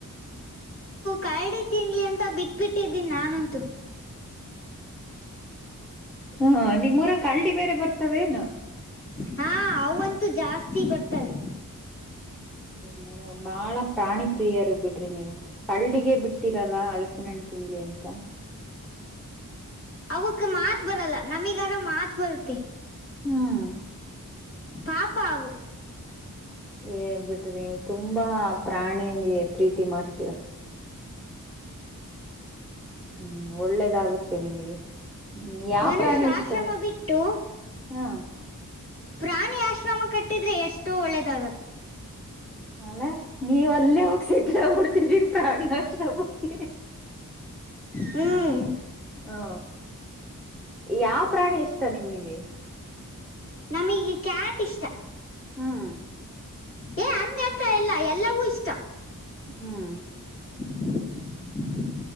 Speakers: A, on the left (about 40°); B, in the centre.
A: ಕಾಯಡಿ ತಿನ್ಲಿ ಅಂತ ಬಿಟ್ಬಿಟ್ಟಿದ್ದೀನಿ ನಾನಂತೂ
B: ಹಾ ನಿಮ್ಮೂರಾಗ ಕಾಳಡಿ ಬೇರೆ ಬರ್ತಾವ ಏನು
A: ಹಾ ಅವಂತೂ ಜಾಸ್ತಿ ಬರ್ತಾರೆ
B: ಹ್ಮ್ ಬಾಳ ಪ್ರಾಣಿ ಪ್ರಿಯರು ಬಿಡ್ರಿ ನೀವು ಕರಡಿಗೆ ಬಿಟ್ಟಿರಲ್ಲ ಹಲಸಿನ ಹಣ್ಣು ತಿನ್ಲಿ ಅಂತ
A: ಅವಕ್ ಮಾತ್ ಬರಲ್ಲ ನಮೀಗಾರ ಮಾತ್ ಬರುತ್ತೆ
B: ಹ್ಮ್
A: ಪಾಪ ಅವು
B: ಏ ಬಿಡ್ರಿ ನೀವು ತುಂಬಾ ಪ್ರಾಣಿಗೆ ಪ್ರೀತಿ ಮಾಡ್ತೀರ <inaudible> ಹ್ಮ್ ಒಳ್ಳೇದಾಗುತ್ತೆ ನಿಮ್ಗೆ ಹ್ಮ್ ಯಾವ
A: ಮನುಷ್ಯ
B: ಪ್ರಾಣಿ ಇಷ್ಟ
A: ಆಶ್ರಮ ಬಿಟ್ಟು
B: ಹಾ
A: ಪ್ರಾಣಿ ಆಶ್ರಮ ಕಟ್ಟಿದ್ರೆ ಎಷ್ಟೋ ಒಳ್ಳೆದಾಗದು
B: ಅಲ್ಲ ನೀವ ಅಲ್ಲೇ ಹ ಸೆಟ್ಲ್ ಆಗ್ಬಿಡ್ತಿದ್ರ ಪ್ರಾಣಿ ಆಶ್ರಮಕ್ಕೆ
A: ಹ್ಮ್
B: ಹಾ ಯಾವ ಪ್ರಾಣಿ ಇಷ್ಟ ಇಷ್ಟ ನಿಮಗೆ
A: ನಮಗೆ ಕ್ಯಾಟ್ ಇಷ್ಟ
B: ಹ್ಮ್
A: ಏ ಹಂಗತ ಎಲ್ಲಾ ಎಲ್ಲವೂ ಇಷ್ಟ
B: ಹ್ಮ್
A: <inaudible>